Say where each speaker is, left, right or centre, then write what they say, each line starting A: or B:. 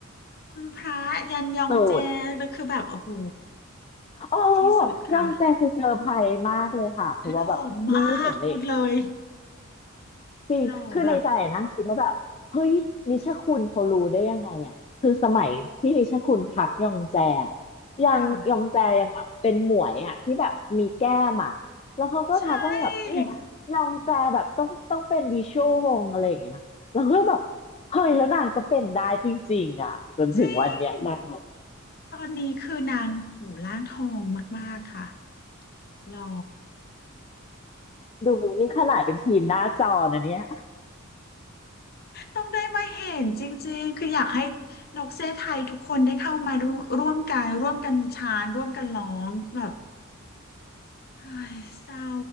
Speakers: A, on the left; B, on the left.
A: คุณพระยันยองเจแล้วคือแบบโอ้โห
B: สุดโอ้
A: ที่สุดค่ะ
B: ยองแจคือเซอร์ไพรส์มากเลยค่ะเพราะว่าแบบรีเห็นเลย
A: หล่อมากพูดเลย
B: จริงคือในใจอะนั่งคิดว่าแบบเฮ้ยนิชคุณเขารู้ได้ยังไงอ่ะคือสมัยที่นิชคุณทักยองแจอะ
A: หล่อแบบ
B: ยังยองแจยังแบบเป็นหมวยอ่ะที่แบบมีแก้มอ่ะแล้วเขาก็ทักว่าแบบเนี่ยยองแจแบบต้องต้องเป็นวิชวลวงอะไรอย่างเงี้ยแล้วก็แบบ
A: ค่ะใช่
B: เฮ้ยแล้วนางก็เป็นได้จริงๆอ่ะจนถึงวันเนี้ยนางแบบ
A: จริงตอนนี้คือนางหูร่างทองมากๆค่ะหล่อ
B: ดูนี่ขนาดเป็นทีมหน้าจอนะเนี่ย
A: ต้องได้มาเห็นจริงๆคืออยากให้นกเซไทยทุกคนได้เข้ามาร่วมร่วมกันร่วมกันชานร่วมกันร้องแบบ เฮ้ยเศร้า